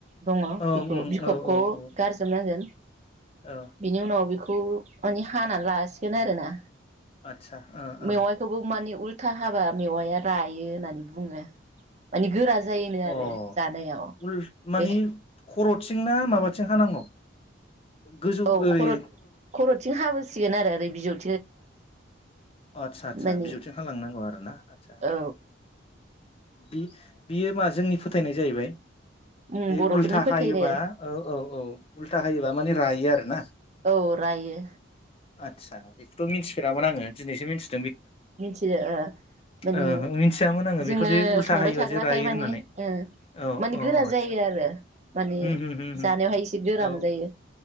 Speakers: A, on the right; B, on the left.
A: दङ
B: औ
A: बेखौ
B: उम
A: बिखबखौ
B: औ औ औ
A: गारजोबनांगोन
B: औ
A: बिनि उनाव बिखौ माने। थानाल लासिगोन आरोना।
B: आदसा ओ
A: मेवाइखौबो मानि उल। था हाबा मेवाया रायो होननानै बुङो माने गोरा। जायो नो आरो
B: ओ अ
A: जानायाव
B: उल माने
A: बे।
B: खर'थिं ना माबाथिं हानांगौ। गोजौ
A: औ
B: ओरै
A: खर' खर'थिं हाबो‌। सिगोन आरो ओरै बिजौ।
B: आस्सा आदसा
A: माने
B: बिजौथिं ह लांनांगौ आरो ना आचसा
A: औ
B: बि। बियो मा जोंनि फोथायनाया जाहैबाय।
A: उम
B: बे
A: बर'फोरनि
B: उल्था
A: फोथायनाय
B: हायोबा औ औ औ उल्था हायोबा माने रायो आरो ना
A: औ रायो
B: आदसा। थ' मिथिफेरामोन आङो दिनैसो मिथि
A: मिथियो ओ माने
B: ओ मिथियामोन आङो
A: जोङो
B: बेखौदि उल्था
A: संबाय
B: हायोबा
A: थाग्राखाय
B: जे रायो
A: माने
B: होननानै
A: ओ
B: औ
A: माने
B: औ
A: गोरा जायो आरो माने
B: आदसा होम होम होम होम
A: जानायावहाय एसे गोरा
B: औ
A: मोनजायो